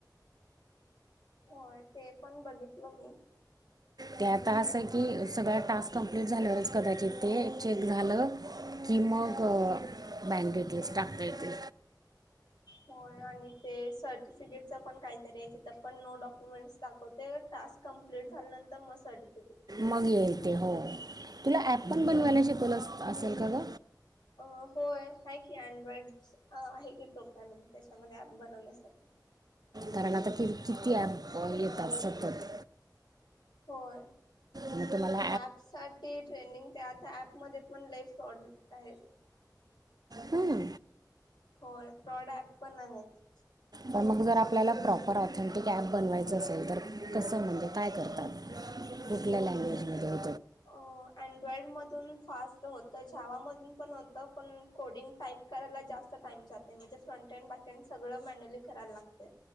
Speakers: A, on the left (about 85°); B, on the right (about 60°).
A: होय ते पण बघितलं मी.
B: ते आता असं
A: हम्म
B: की सगळ्या टास्क कंप्लीट झाल्यावरच कदाचित ते चेक झालं. कि मग
A: हम्म
B: बँकेेततील टाकता येतील.
A: होय आणि ते सर्टिफिकेटचं पण काहीतरी आहे. तिथं पण नो डॉक्युमेंट्स दाखवते. टाक कमप्लीट झाल्या नंतर मग सर्टिफिकेट.
B: मग येल ते हो तुला ॲप पण बनवायला शिकवलं असेल का ग.
A: अ होय. आहे की अँड्रॉइड आहे की. प्रोग्रामिंग त्याच्यामध्ये अप बनवण्यासाठी.
B: कारण आता किती ऍप येतात सतत.
A: होय.
B: मग तुम्हाला
A: ॲप साठी ट्रेंडिंग साठी ते आता ॲप मध्ये पण. लईफ फ्रॉड आहे.
B: हा <unintelligible>
A: होय फ्रॉड ऍप पण आहेत.
B: पण मग जर आपल्याला प्रॉपर ऑथेंटिक ॲप बनवायचं असेल तर कसं म्हणजे काय करतात. कुठल्या लँग्वेज मध्ये हो.
A: अ अनड्रॉइड मधून फास्ट होत. जेवामधून. पणहोत पण कोडिंग टाईप. करायला जास्त टाइम जातो. म्हणजे फ्रंटँ अँड बॅकंड सगळं मॅन्युली करायला लागत.